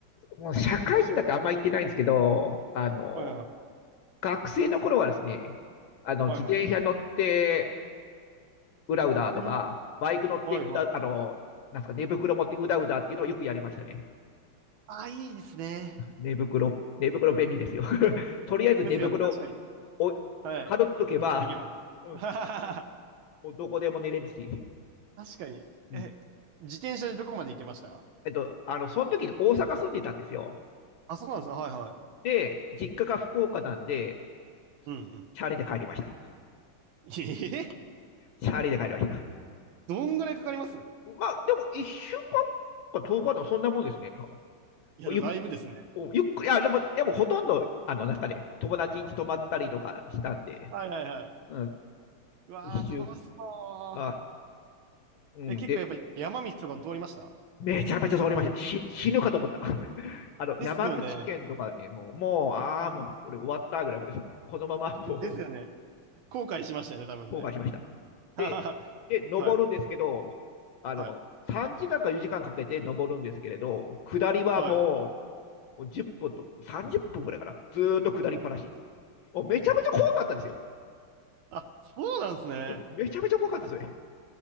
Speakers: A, on the left; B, on the right.
A: もう社会人だってあんま行ってないんですけど、あの、
B: はいはいはい。
A: 学生の頃はですね、あの、
B: はいはい。
A: 自転車乗ってうだうだとか、
B: えー
A: バイク乗ってうだ、
B: はいはい。
A: あの、なんすか、寝袋持ってうだうだっていうのをよくやりましたね。
B: ああ、いいですね。
A: 寝袋、寝袋便利ですよ。<laughs> とりあえず寝袋
B: ですよね、確かに。
A: を
B: はい。
A: かぶっとけば、
B: もっと行けばね。
A: うん
B: <laughs> はははは
A: もうどこでも寝れるし。
B: 確かに。
A: うん
B: え、自転車でどこまで行けました
A: えっと、あの、その時に大阪住んでたんですよ。
B: あ、そうなんです。はいはい。
A: で、実家が福岡なんで、
B: うんうん。
A: チャリで帰りました。
B: ええ。
A: チャリで帰りました。
B: どんぐらいかかります
A: まあ、でも1週間か遠く日とおかではそんなもんですね。
B: いや、
A: ゆ
B: でもだいぶですね。
A: ゆっくり、いやでも、でもほとんど、あの、なんかね、友達ん家泊まったりとかしたんで、
B: はいはいはい。
A: うん、
B: うわー、
A: 一週、
B: 楽しそう。
A: あ、うん、
B: え、結構やっぱり山道とかも通りました
A: で、めちゃめちゃ通りました。し死ぬかと思った。<laughs> あの、
B: ですよね。
A: 山口県とかね、もう、もう、ああ、もう、俺終わったぐらいもです。このままもう、
B: ですよね。後悔しましたよね、
A: <laughs>
B: 多分ね。
A: 後悔しました。
B: <laughs> は
A: で、で、登るんですけど、
B: い、
A: あの、
B: はい、
A: 3時間か4時間かんかけて登るんですけれど、下りはも
B: はい。
A: もう10分と30分ぐらいかな、ずーっと下りっぱなし。もうめちゃめちゃ怖かったんですよ。
B: あ、そうなんですね。
A: めちゃめちゃ怖かったですね。